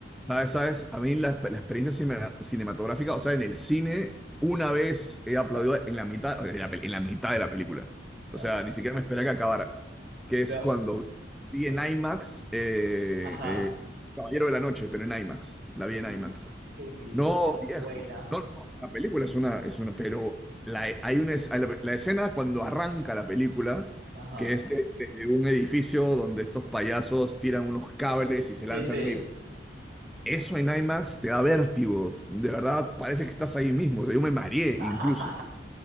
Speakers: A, in the centre; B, on the right.
A: ¿Sabes? ¿Sabes? A mí la, la experiencia cine- cinematográfica, o sea, en el cine, una vez he aplaudido en la mitad, en la, pe- en la mitad de la película.
B: <laughs> lo
A: O sea, ni siquiera me esperaba que acabara. Que
B: lo
A: es cuando vi
B: fue.
A: en IMAX eh,
B: Ajá.
A: eh, Caballero de la Noche, pero en IMAX. La vi
B: Uf,
A: en IMAX.
B: qué película
A: No,
B: tan
A: viejo.
B: buena.
A: No, no, no. La película es una, es una, pero la, hay una, es- hay la, la escena cuando arranca la película,
B: Ajá.
A: que es de- desde un edificio donde estos payasos tiran unos cables y se
B: Sí,
A: lanzan
B: sí.
A: de un edificio. Eso en IMAX te da vértigo. De verdad, parece que estás ahí mismo. O sea, yo me mareé
B: <laughs>
A: incluso.